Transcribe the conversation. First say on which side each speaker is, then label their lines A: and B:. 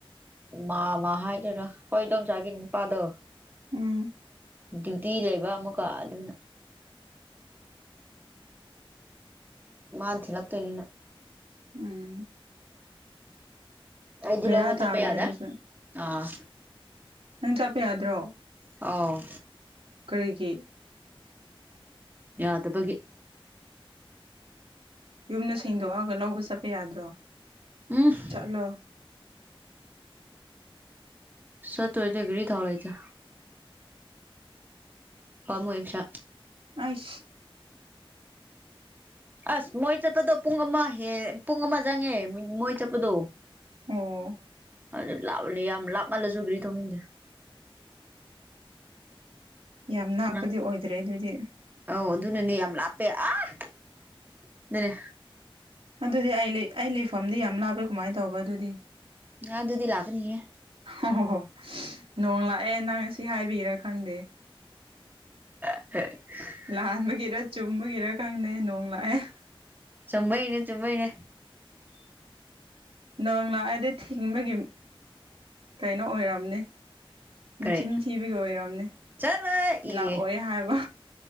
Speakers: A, on the right; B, on the right.
A: ꯃꯥꯝꯃ ꯍꯥꯏꯗꯣꯏꯔ ꯑꯩꯈꯣꯏ ꯏꯗꯣꯝꯆꯥꯒꯤ ꯅꯨꯄꯥꯗꯣ
B: ꯎꯝ
A: ꯗ꯭ꯌꯨꯇꯤ ꯂꯩꯕ ꯑꯃꯨꯛꯀ ꯑꯗꯨꯅ ꯃꯥꯥꯟ ꯊꯤꯜꯂꯛꯇꯣꯏꯅꯤꯅ
B: ꯎꯝ
A: ꯑꯩꯗꯤ
B: ꯕꯦꯔꯥ
A: ꯂꯧꯕ
B: ꯇꯥꯕꯅꯦ
A: ꯆꯠꯄ ꯌꯥꯗꯦ
B: ꯑꯗꯨꯁꯨ
A: ꯑꯥ
B: ꯅꯪ ꯆꯠꯄ ꯌꯥꯗ꯭ꯔꯣ
A: ꯑꯣ
B: ꯀꯔꯤꯒꯤ
A: ꯌꯥꯗꯕꯒꯤ
B: ꯌꯨꯝꯗ ꯁꯦꯡꯗꯣꯛꯑꯒ ꯂꯧꯕ ꯆꯠꯄ ꯌꯥꯗ꯭ꯔꯣ
A: <unintelligible>
B: ꯆꯠꯂꯣ
A: ꯁꯇ ꯑꯣꯏꯗ ꯒꯤꯔꯤ ꯊꯥꯎꯂ ꯆ ꯄꯃꯍꯤꯁ
B: ꯑꯩꯁ
A: ꯑꯁ ꯃꯣꯏ ꯆꯠꯄꯗꯣ ꯄꯨꯡ ꯑꯃ ꯍꯦ ꯄꯨꯡ ꯑꯃ ꯆꯪꯉꯦ ꯃꯣꯏ ꯆꯠꯄꯗꯣ
B: ꯑꯣ
A: ꯑꯗꯨ ꯂꯥꯞꯂꯅꯤ ꯌꯥꯝ ꯂꯥꯞꯃꯜꯂꯁꯨ ꯒ꯭ꯔꯤ ꯊꯧꯅꯤꯡꯟꯗꯦ
B: ꯌꯥꯝ ꯉꯥꯛꯄꯗꯤ
A: ꯅꯪ
B: ꯑꯣꯏꯗ꯭ꯔꯦ ꯑꯗꯨꯏꯗꯤ
A: ꯑꯧ ꯑꯗꯨꯅꯅꯦ ꯌꯥꯝ ꯂꯥꯞꯄꯦ ꯑ ꯑꯗꯨꯅꯦ
B: ꯑꯗꯨꯗꯤ ꯑꯩ ꯂꯩ ꯑꯩ ꯂꯩꯐꯝꯗꯤ ꯌꯥꯝ ꯂꯥꯞꯄꯦ ꯀꯃꯥꯏꯅ ꯇꯧꯕ ꯑꯗꯨꯗꯤ
A: ꯉ ꯑꯗꯨꯗꯤ ꯂꯥꯛꯅꯤꯌꯦ
B: ꯑꯣ ꯍꯣ ꯍꯣ ꯅꯣꯡ ꯂꯥꯛꯑꯦ ꯅꯪ ꯑꯁꯤ ꯍꯥꯏꯕꯤꯔꯥ ꯈꯪꯗꯦ
A: <unintelligible>
B: ꯂꯥꯟꯕꯒꯤꯔ ꯆꯨꯝꯕꯒꯤꯔ ꯈꯪꯗꯦ ꯅꯣꯡ ꯂꯥꯛꯑꯦ
A: ꯆꯨꯃꯩꯃꯅꯦ ꯆꯨꯝꯃꯩꯅꯦ
B: ꯅꯣꯡ ꯂꯥꯛꯑꯗꯤ ꯊꯤꯡꯕꯒꯤ ꯀꯩꯅꯣ ꯑꯣꯏꯔꯝꯅꯤ ꯅꯆꯤꯟ
A: ꯀꯔꯤ
B: ꯊꯤꯕꯒꯤ ꯑꯣꯏꯔꯝꯅꯤ
A: ꯆꯠꯂꯣꯏ ꯑꯦ
B: ꯂꯥꯛꯑꯣꯏ ꯍꯥꯏꯕ